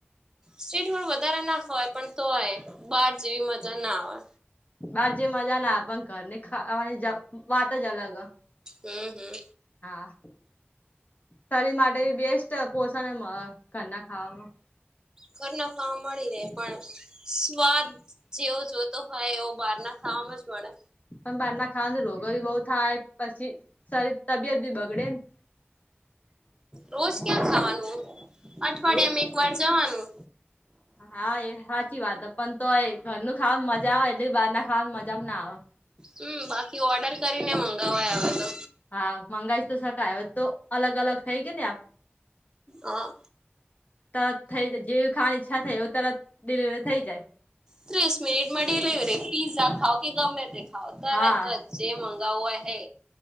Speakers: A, on the right; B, on the left.
A: સ્ટ્રીટ ફૂડ વધારે ના ખવાય પણ તોય બાર જેવી મજા ના આવે.
B: બાર જેવી મજા ના આવે પણ ઘરની ખાવાની જ વાત જ અલગ અ.
A: હમ હમ.
B: હા, શરીર માટે બેસ્ટ પોષણ એમ ઘરના ખાવામાં.
A: ઘરના ખાવા મળી રહે પણ સ્વાદ જેવો જોતો હોય એવો બહારના ખાવામાં જ મળે.
B: પણ બારના ખાવાની રોગો યે બહુ થાય, પછી શરીર તબિયત બી બગડે ને.
A: રોજ ક્યાં ખાવાનું, અઠવાડીયામાં
B: ને
A: એકવાર જવાનું.
B: હા એ હાચી વાત હે પણ તોય ઘરનું ખાવાનું મજા આવે, એટલે બહાર ના ખાવાની મજામાં ના આવે.
A: હમ બાકી ઓર્ડર કરીને મંગાવાય હવે તો.
B: હા મંગાઈશ તો સકાય હવે તો અલગ અલગ થઈ ગયું ને આ
A: હા
B: તરત થઇ જા, જેવી ખાવાની ઇચ્છા થાય એવું તરત ડિલિવરી થઇ જાય.
A: ત્રીસ મિનિટમાં ડિલિવરી. પીઝા ખાવ કે ગમે તે ખાવ તરત
B: હા
A: જ. જે મંગાવુ એહે